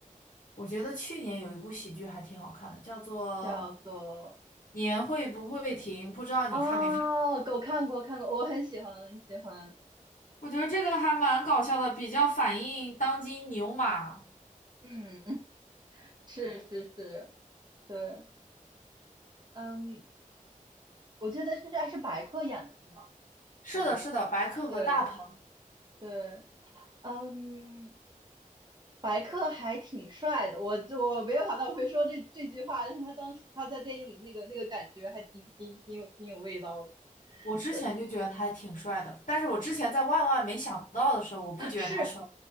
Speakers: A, on the left; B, on the right.
A: 我觉得去年有一部喜剧还挺好看的，叫做
B: 叫做
A: 《年会不会停》，不知道你看没看？
B: 啊，狗看过看过，我很喜欢很喜欢。
A: 我觉得这个还蛮搞笑的，比较反映当今牛马。
B: 嗯，<laughs> 是是是，对，嗯，我觉得这是还是白客演的是吗？
A: 是的，
B: 我觉得是，
A: 是的，白客和大鹏，
B: 对对，嗯，白客还挺帅的，我我没有想到我会说这这句话，但是他当时他在电影里那个那个感觉还挺挺挺有挺有味道的，
A: 我之前就觉得他还挺帅的，
B: 对，
A: 但是我之前在万万没想到的时候，
B: 嗯，
A: 我不觉得他帅。
B: 是，